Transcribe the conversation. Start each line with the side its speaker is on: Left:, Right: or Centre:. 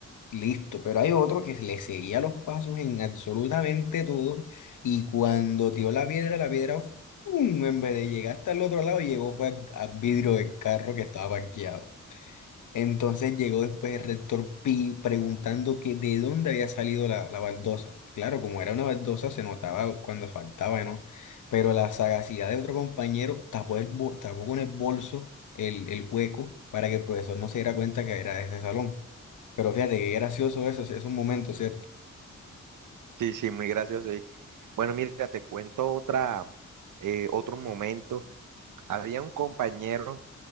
Left: Listo, pero hay otro que le seguía los pasos en absolutamente todo y cuando tiró la piedra, la piedra, ¡fum! en vez de llegar hasta el otro lado, llegó fue al, al vidrio del carro que estaba parqueado. Entonces llegó después el rector Pi preguntando que de dónde había salido la, la baldosa. Claro, como era una baldosa, se notaba cuando faltaba, ¿no? Pero la sagacidad de otro compañero tapó, el, bol- tapó con el bolso el, el hueco para que el profesor no se diera cuenta que era de ese salón. Pero fíjate qué gracioso eso, esos momentos, ¿cierto?
Right: Sí, sí, muy gracioso. Y bueno, mira, te cuento otra, eh, otro momento. Había un compañero